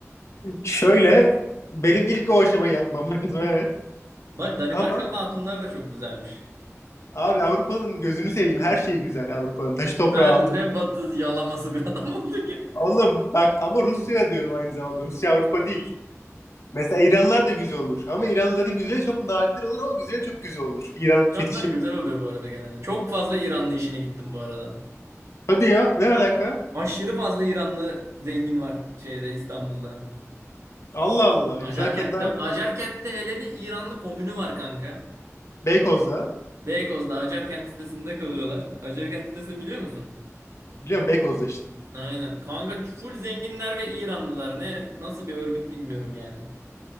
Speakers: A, on the left; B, on the right.
A: Şöyle benim ilk o aşamayı yapmam lazım evet.
B: Bak Danimarkalı
A: Ama
B: hatunlar da çok güzelmiş.
A: Abi Avrupa'nın gözünü seveyim. Her şeyi güzel Avrupa'nın. Taşı toprağı
B: Sen
A: altın.
B: ne batı yalaması bir adam <laughs> oldun ya.
A: Oğlum bak ama Rusya diyorum aynı zamanda. Rusya Avrupa değil. Mesela İranlılar da güzel olur. Ama İranlıların güzeli çok nadir olur ama güzeli çok güzel olur. İran
B: İranlar
A: fetişim.
B: güzel oluyor bu arada genelde. Çok fazla İranlı işine gittim bu arada.
A: Hadi ya ne alaka?
B: Aşırı fazla İranlı zengin var şeyde İstanbul'da.
A: Allah Allah.
B: Acarkent'te,
A: Güzel karılar
B: Acarkent'te hele bir İranlı komünü var kanka.
A: Beykoz'da.
B: Beykoz'da Acarkent sitesinde kalıyorlar. Acarkent sitesini biliyor musun?
A: Biliyorum Beykoz'da işte.
B: Aynen. Kanka full zenginler ve İranlılar. Ne nasıl bir örgüt bilmiyorum yani.